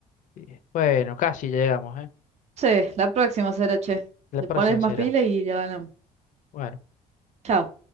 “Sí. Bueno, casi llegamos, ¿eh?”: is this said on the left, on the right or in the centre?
Left